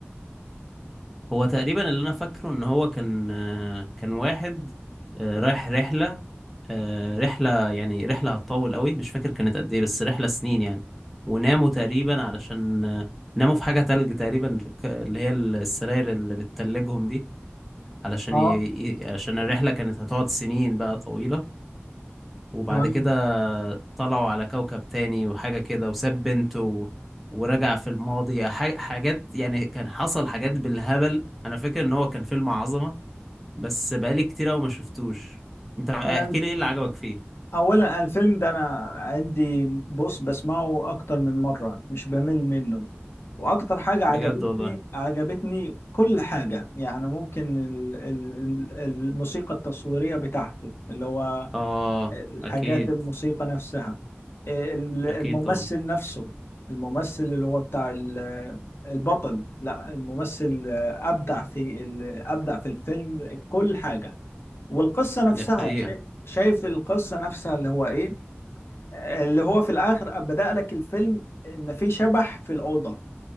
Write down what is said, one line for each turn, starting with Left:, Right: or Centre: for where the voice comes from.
Centre: هو تقريبا اللي انا فاكره ان هو كان آه، كان واحد آه، رايح رحله آه، رحله يعني رحله هتطول قوي مش فاكر كانت قد ايه بس رحله سنين يعني وناموا تقريبا علشان آه، ناموا في حاجه تلج تقريبا في ك- اللي هي السراير اللي بتتلجهم دي علشان
Left: اه
Centre: ي... ي- عشان الرحله كانت هتقعد سنين بقى طويله وبعد
Left: تمام
Centre: كده طلعوا على كوكب تاني وحاجة كده وساب بنته و... ورجع في الماضي ح- حاجات يعني كان حصل حاجات بالهبل انا فاكر ان هو كان فيلم عظمة بس بقالي كتير قوي ما شفتوش انت احكي
Left: انا
Centre: لي ايه اللي عجبك فيه
Left: اولا الفيلم ده انا عندي بص بسمعه اكتر من مرة مش بمل منه واكتر حاجة عجبتني
Centre: بجد والله
Left: عجبتني كل حاجة يعني ممكن ال- ال- ال- الموسيقى التصويرية بتاعته اللي هو
Centre: اه
Left: الحاجات
Centre: اكيد
Left: الموسيقى نفسها ال- الممثل
Centre: اكيد طبعا
Left: نفسه الممثل اللي هو بتاع ال- البطل لا الممثل أبدع في ال- أبدع في الفيلم كل حاجة والقصة نفسها
Centre: دي حقيقة
Left: شا- شايف القصة نفسها اللي هو إيه اللي هو في الآخر بدأ لك الفيلم إن في شبح في الأوضة